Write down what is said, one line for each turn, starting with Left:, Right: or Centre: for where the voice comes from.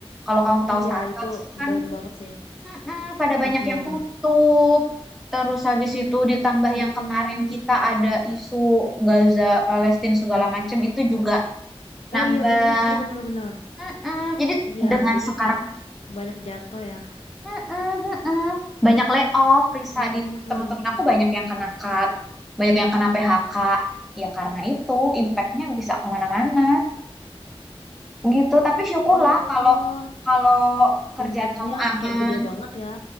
Centre: Kalau kamu tahu
Left: Iya
Centre: Starbucks
Left: itu
Centre: kan
Left: down banget sih.
Centre: mm-mm, pada banyak
Left: Mm-mm.
Centre: yang tutup. Terus habis itu ditambah
Left: Mm-mm.
Centre: yang kemarin kita ada isu Gaza, Palestina segala macam itu juga nambah.
Left: Oh iya benar benar benar.
Centre: Mm-mm. Jadi
Left: Iya
Centre: dengan
Left: jadi
Centre: sekarang
Left: kayak banyak jatuh ya.
Centre: Heeh, heeh. Banyak layoff, Risa
Left: Mm-mm, mm-mm.
Centre: di teman-teman aku banyak yang kena cut, banyak yang kena PHK. Ya karena itu impactnya bisa kemana-mana gitu. Tapi syukurlah
Left: Oh.
Centre: kalau kalau kerjaan
Left: Impactnya
Centre: kamu aman.
Left: kayak gede banget ya.